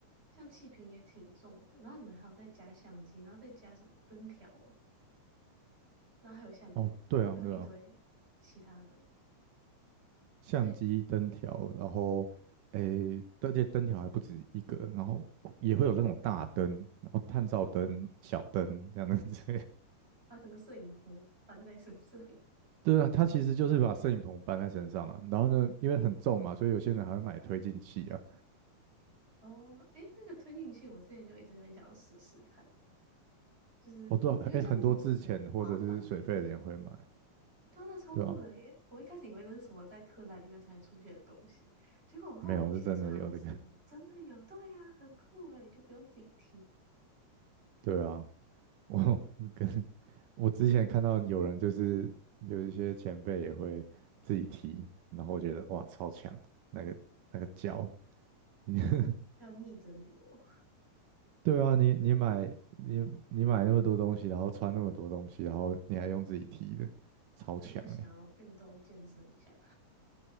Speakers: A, on the right (about 15°); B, on the right (about 75°).
A: 像气瓶也挺重的，然后你们还有再加相机，然后再加什么灯条啊，然后还有像还有一堆其他的，
B: 哦，对啊，对啊，相机、
A: 所以
B: 灯条，然后诶，而且灯条还不止一个，然后也会有那种大灯，然后探照灯、小灯这样的子。
A: 把整个摄影棚搬在身上，
B: 对啊，他其实就是把摄影棚搬在身上啊，然后呢，因为很重嘛，所以有些人还会买推进器啊。
A: 哦，诶，那个推进器我之前就一直很想试试看，就是有点像什么滑板的，
B: 我多少，哎，很多之前或者是水费的人会买，
A: 就是对啊，那超酷的耶！
B: 对啊，
A: 我一开始以为那是什么在柯南里面才出现的东西，结果我后来去查的时候，
B: 没有是真的有这个，
A: 真的有，对呀、很酷诶，就不用自己踢
B: <laughs> 对啊，我跟我之前看到有人就是有一些前辈也会自己提，然后我觉得哇，超强，那个那个脚，<laughs>
A: 哦，要逆着流。<laughs>
B: 对啊，你你买你你买那么多东西，然后穿那么多东西，然后你还用自己提的，超强哎、
A: 人家想要运动健身一下